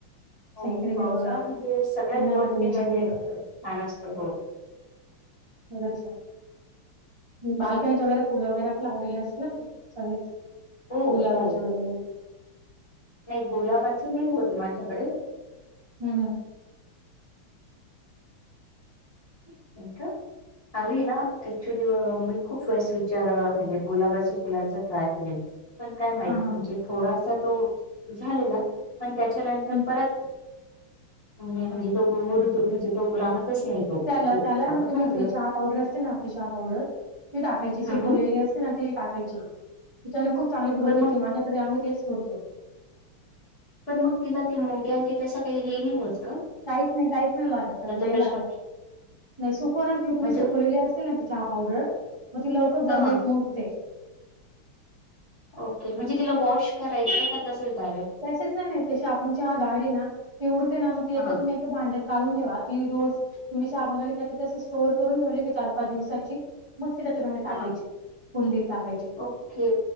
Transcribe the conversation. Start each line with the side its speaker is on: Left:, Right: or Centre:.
Left: हो
Right: सगळीकडे
Left: पावसाळा
Right: हिरवंगार,
Left: म्हणजे सगळ्याच
Right: उन्हाचं
Left: गोष्टी
Right: टेन्शन
Left: मध्ये
Right: नाही.
Left: छान असतो हो.
Right: बरं छान. बाल्कणी वगैरे फूळ वगैरे, पण लावलेले असतील सगळेच.
Left: हो
Right: गुलाबाचे
Left: हो
Right: वगैरे,
Left: नाही गोलाबाच नाही होते माझ्याकडे.
Right: हम् हम.
Left: किती ग? आम्ही ना ऍक्च्युली, मी खूप फेस विचार म्हणजे गुलाबाच्या फुलांचा ट्राय केलेला. पण काय माहित
Right: हां, हां.
Left: म्हणजे थोडासा तो झालेला. पण तेच्यानंतर
Right: हं.
Left: परत म्हणजे, तो मुर म्हणजे तो राहतच नाही. तो
Right: त्याला
Left: ज-
Right: त्याला
Left: आपण
Right: ना तुम्ही
Left: काय म्हणतो
Right: ते
Left: त्याला?
Right: चहा. पावडर असते ना आपली चहा पावडर, ती टाकायची
Left: हम्म,
Right: सुखवलेली
Left: हम्म.
Right: असते ना ती टाकायची. तु त्यान खूप चांगली ग्रोथ
Left: पण मग
Right: येतती माझ्याकडे आम्ही तेच करतो.
Left: पण मग तिला त मुंगे आणि ते तसं काही हे नाही होतं.
Right: काहीच नाही काहीच नाही, लागत नाही
Left: प्रश्न
Right: लागत. नाही सुकव ना ती तुम्ही
Left: म्हणजे
Right: सुकवलेली असे ना, ती चहा पावडर मग ती लवकरच
Left: हा
Right: जमीनीत
Left: हा.
Right: मुरते.
Left: ओके. म्हणजे तिला वॉश करायचं का तसंच डायरेक्ट.
Right: त्याक्सेस नाही ते शा आपणची चहा गाळले ना, ते उडते ना मग ते
Left: हा हा.
Right: तेच्या ने. भांड्यात काढून ठेवा. ती रोज, तुम्ही चहा बनले का ते त स्टोर करून ठेवले, का चार पाच दिवसाची. मग ते तेच्या मध्ये,
Left: हा
Right: टाकायचे
Left: हा.
Right: कुंडीत टाकायचे.
Left: ओके.